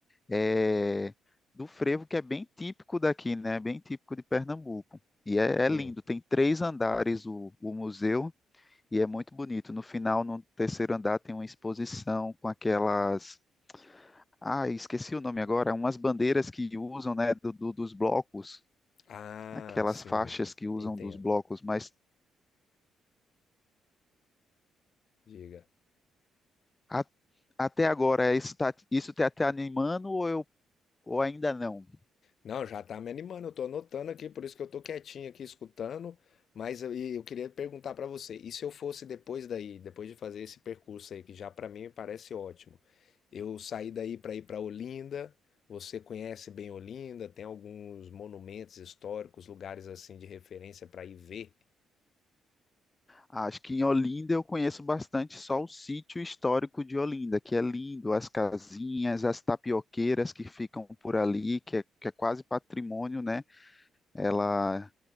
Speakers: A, on the left (about 15°); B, on the left (about 55°).
A: eh, do frevo, que é bem típico daqui, né? Bem típico de Pernambuco. E é,
B: Hum.
A: é lindo, tem três andares o, o museu e é muito bonito. No final, no terceiro andar, tem uma exposição com aquelas. Ah, esqueci o nome agora, umas bandeiras que usam, né, do, do- dos blocos.
B: Ah,
A: aquelas
B: sim,
A: faixas que usam
B: entendo.
A: dos blocos, mas
B: Diga.
A: a- até agora é isso está isso tá te animando ou eu ou ainda não?
B: Não, já tá me animando, eu tô anotando aqui, por isso que eu tô quietinho aqui escutando, mas eu, e eu queria perguntar pra você, e se eu fosse depois daí, depois de fazer esse percurso aí, que já pra mim me parece ótimo, eu saí daí pra ir pra Olinda, você conhece bem Olinda, tem alguns monumentos históricos, lugares assim de referência pra ir ver,
A: Acho que em Olinda eu conheço bastante só o sítio histórico de Olinda, que é lindo, as casinhas, as tapioqueiras que ficam por ali, que é, que é quase patrimônio, né? Ela